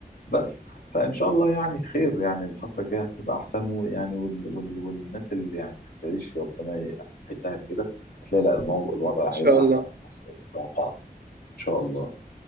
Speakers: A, on the left; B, on the right.
A: بس فان شاء الله يعني خير يعني الفتره الجايه هتبقى احسن ويعني وال وال والناس اللي يعني هتعيش ربنا ي- هيسهل كده هتلاقي لا المو- الوضع
B: شاء
A: هيبقى
B: الله
A: احسن في
B: إن
A: مصر والتوقعات ان شاء الله